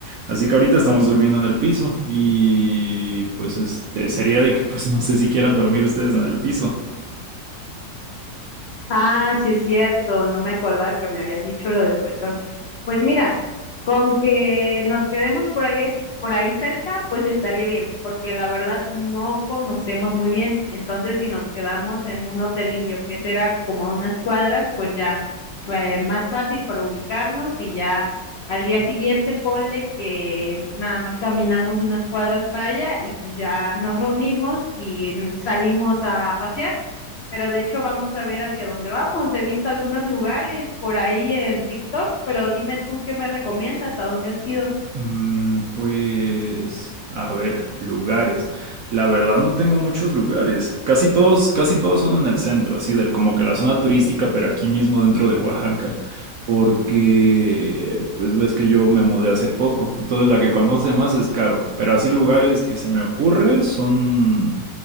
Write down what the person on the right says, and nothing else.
Así que ahorita estamos durmiendo en el piso y pues este, sería de que pues no sé si quieran dormir ustedes en el piso.
Mm, Pues, a ver, lugares. La verdad no tengo muchos lugares. Casi todos, casi todos son en el centro, así de como que la zona turística, pero aquí mismo dentro de Oaxaca. Porque, pues ves que yo me mudé hace poco. Entonces la que conoce más es Caro. Pero así lugares que se me ocurre son,